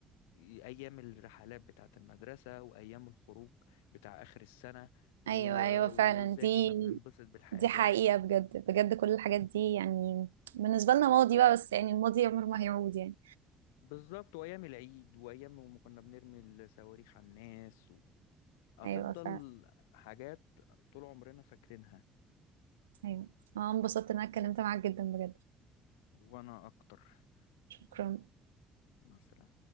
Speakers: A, on the left; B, on the right.
A: أيام الرحلات بتاعة المدرسة وأيام الخروج بتاع آخر السنة و-
B: ايوه ايوه فعلا
A: وإزاي
B: دي
A: كنا بننبسط بالحاجة
B: دي حقيقه بجد بجد كل الحاجات دي يعني بالنسبه لنا ماضي بقى بس يعني الماضي عمره ما هيعود يعني
A: بالظبط وأيام العيد وأيام ما كنا بنرمي الصواريخ على الناس و... هتفضل
B: ايوه فعلا
A: حاجات طول عمرنا فاكرينها
B: ايوه انا انبسطت ان انا اتكلمت معاك جدا بجد
A: وأنا أكتر
B: شكرا
A: مثلا